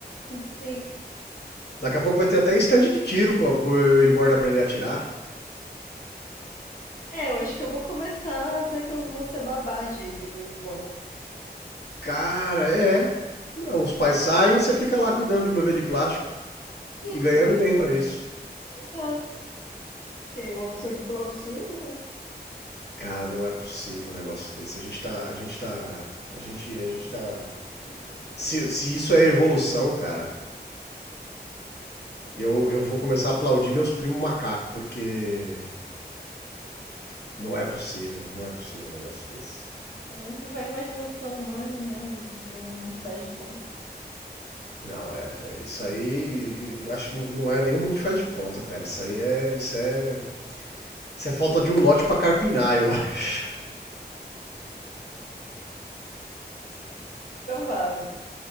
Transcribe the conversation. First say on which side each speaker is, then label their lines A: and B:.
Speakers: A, on the left (about 50°); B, on the left (about 70°).
A: Sim.
B: Daqui a pouco vai ter até stand de tiro pro, pro bebê reborn aprender a atirar.
A: É, eu acho que eu vou começar a dizer que eu vou ser babá de Baby Reborn.
B: Cara, é. Os pais saem e você fica lá cuidando de um bebê de plástico
A: Isso,
B: e ganhando bem pra isso.
A: exato. Porque o absurdo pelo absurdo, né?
B: Cara, não é possível um negócio desse. A gente tá. A gente tá. A gente. A gente tá. Se, se isso é evolução, cara, eu, eu vou começar a aplaudir meus primos macacos, porque não é possível, não é possível um negócio desse.
A: Onde vai a imaginação humana, né? Vivendo um mundo de faz de conta.
B: Não, é, é, isso aí, e- acho que não é nenhum mundo que faz de conta, cara. Isso aí é, isso é, isso é falta de um lote pra carpinar, eu <laughs> acho.
A: Provável.